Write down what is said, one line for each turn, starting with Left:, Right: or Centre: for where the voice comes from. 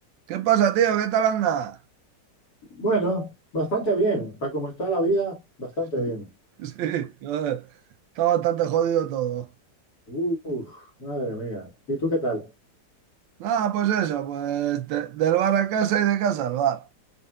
Right: ¿Qué pasa, tío? ¿Qué tal anda?
Left: Bueno, bastante bien. Para cómo está la vida, bastante
Right: <laughs>
Left: bien.
Right: Sí, joder, está bastante jodido todo.
Left: Uf, madre mía. ¿Y tú qué tal?
Right: Nada, pues eso, pues de- del bar a casa y de casa al bar.